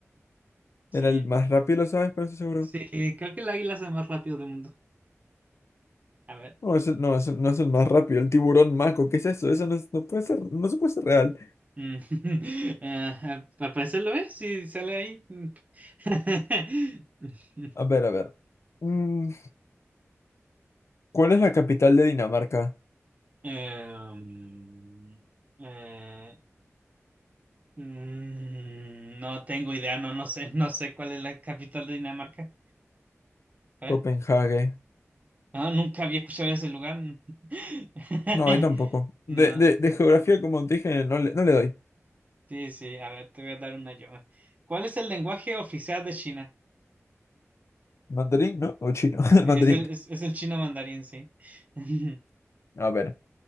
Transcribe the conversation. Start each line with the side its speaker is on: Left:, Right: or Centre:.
Right: Sí,
Left: era el más rápido, ¿sabes? Pero eso seguro.
Right: sí, creo que el águila es el más rápido del mundo. A ver.
Left: No, ese- no, ese no es el más rápido. El tiburón maco. ¿Qué es eso? Eso no, es- no puede ser. No se puede ser real.
Right: Mm, <laughs> ah, al parecer lo es, si sale ahí. <laughs>
Left: A ver, a ver. Mm, ¿cuál es la capital de Dinamarca?
Right: Em, eh, mm, no tengo idea, no, no sé, no sé cuál es la capital de Dinamarca. A ver.
Left: Copenhague.
Right: Ah, nunca había escuchado ese lugar. <laughs>
Left: No, yo tampoco. De,
Right: No,
Left: de, de geografía, como dije, no le, no le doy.
Right: sí, sí, a ver, te voy a dar una yo. ¿Cuál es el lenguaje oficial de China?
Left: ¿Mandarín, no? ¿O chino? <laughs> el
Right: Sí,
Left: Mandarín.
Right: Es el, es, es el chino mandarín, sí. <laughs>
Left: A ver.